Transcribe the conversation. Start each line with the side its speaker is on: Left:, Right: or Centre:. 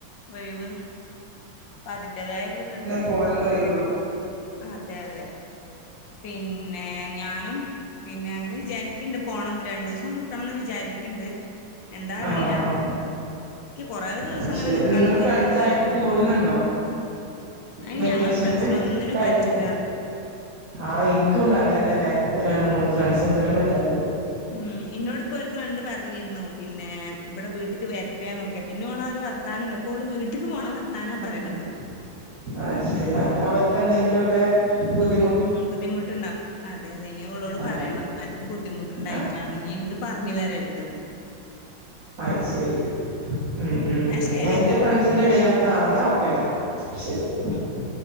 Left: ഒഴിവ് അപ്പൊ അതിന്റതായ ബു ഇത്ണ്ടാവും
Right: പോകാനും കഴിയൊള്ളൂ
Left: അതെ അതെ പിന്നെ ഞാനും പിന്നെ അങ്ങനെ വിചാരിക്ക്‌ണ്ട് പോണം രണ്ടു ദിവസം നക്കണംന്ന് വിചാരിക്ക്‌ണ്ട് എന്താ അറിയില്ല
Right: ആഹ് ആഹ്
Left: എനിക്ക് കൊറേ ദിവസം
Right: അത്
Left: അങ്ങനെ
Right: ശരി
Left: നിക്കാനൊന്നും
Right: നിങ്ങള് ഫ്രണ്ട്സ്
Left: എനിക്ക് നിക്കാൻ
Right: ആയിട്ട്
Left: കഴിയൂല
Right: കൂടുന്നുണ്ടോ
Left: അയിന്
Right: ഈ വെക്കേഷനില്
Left: ഞങ്ങളെ ഫ്രണ്ട്സിനെ ഒന്നിനും
Right: കഴിഞ്ഞില്ലേ
Left: പറ്റൂല
Right: ആഹ് എനിക്കുംണ്ട് അങ്ങനെ തന്നെ രണ്ട് മൂന്ന് ഫ്രണ്ട്സ് ഒന്നിനും പറ്റാത്തത്
Left: ഉം ഇന്നോട്പ്പോ ഒരു ഫ്രണ്ട് പറഞ്ഞിരുന്നു പിന്നെ ഇവിടെ വീട്ട്ക്ക് വരട്ടെന്നൊക്കെ പിന്നെ ഓളെ ഒരു വർ ർത്താനുല്ല ഇപ്പോൾ വീട്ടിക്ക് പോണ വർത്താനാ പറയ്ണത്
Right: അഅ്ശരി അത് അവർക്കെന്തെങ്കിലുമക്കെ ബുദ്ധി
Left: ഉം ബുദ്ധിമുട്ടുണ്ടാവും അതെ അതെ ഇനി അവളോട്
Right: അതെ
Left: പറയണം അൻ ക്ക്‌ ബുദ്ധിമുട്ടുണ്ടായിട്ടാണ്
Right: ആഹ്
Left: ഇഞ് ഇത് പറഞ് വരരുത് എന്ന്
Right: അത് ശരി ഉം ഉം
Left: ന്നാ ശരി.
Right: എന്റെ ഫ്രണ്ട്സിന്റെ ഇടെലും ആഹ് ന്നാ ഒക്കെടാ ശരി
Left: ഉം